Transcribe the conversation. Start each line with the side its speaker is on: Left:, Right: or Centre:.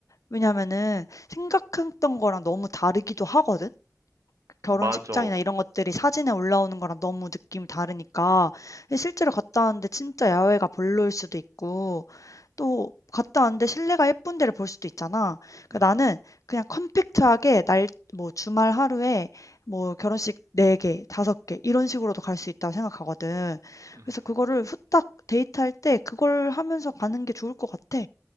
Left: 왜냐면은 생각했던 거랑 너무 다르기도 하거든. 결혼식장이나
Right: 맞아.
Left: 이런 것들이 사진에 올라오는 거랑 너무 느낌이 다르니까 예 실제로 갔다 왔는데 진짜 야외가 별로일 수도 있고 또 갔다 왔는데 실내가 예쁜 데를 볼 수도 있잖아. 그러니까
Right: 음,
Left: 나는 그냥 컴팩트하게 날 뭐 주말 하루에 뭐 결혼식 4개, 5개 이런 식으로도 갈 수 있다고 생각하거든.
Right: 음,
Left: 그래서 그거를 후딱 데이트할 때 그걸 하면서 가는 게 좋을 것 같아.